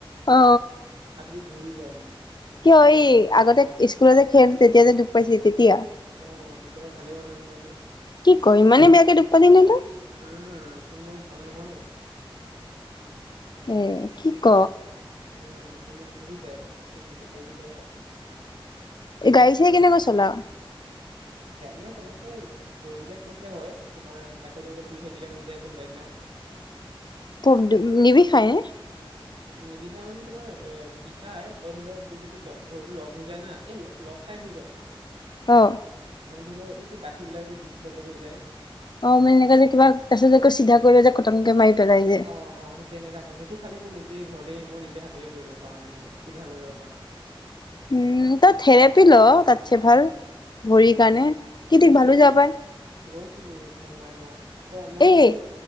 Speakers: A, on the left (about 50°); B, on the right (about 80°).
A: অ
B: আঁঠুটো উৰি যায় মানে
A: অই আগতে স্কুল যে খেল তেতিয়া যে দুখ পাইছিলি তেতিয়া
B: আহ তেতিয়াপা ভালেই হোৱা নাই নহয় সেটো
A: কি কয় ইমানে বেয়াকে দুখ পালি নে তই
B: উম কি মোৰ ভাল নহয়
A: এ কি ক
B: উম সেইটো মোৰ ঘূৰি যায় বস্তুটো ঘূৰি যায়
A: এই গাড়ী চাড়ী কেনেকৈ চলাৱ
B: মানে তেনেকে দৌৰিলে কৰিলে হয় তোমাৰ আকৌ ধৰিলোৱা শুই থাকিলে হৈ যায় কোনোবা দিনা <unintelligible> <unintelligible>
A: থব নিবিষাই নে
B: নিবিষাই মানে তোমাৰ এ বিষাই ত ধৰি লও তোৰ যদি ভৰিতো লগ হৈ যায় না এই লগ টাই হৈ যায়
A: অ
B: মে ধৰি লও এই যে গাঁঠি বিলাক যে ডচ লকেট হৈ যায়
A: অ মানে এনেকা যে কিবা তাৰপিছত যে চিধা কৰিলে যে খটংকে মাৰি পেলাই যে
B: অ অ সেই তেনেকা হয় সেইটো খালি মই নিজে ঘৰতে মই নিজে হাতেৰে কৰি ল'ব পাৰো মানে চিধা কৰি ল'ব পাৰো
A: উম ত থেৰাপি ল তাত চে ভাল
B: উম।
A: ভৰিৰ কাৰণে কি
B: লৰিছো
A: থিক ভালো হৈ যাব পাৰে
B: লৈছিলো ভাল নাই হোৱা ত মানে
A: এই
B: কি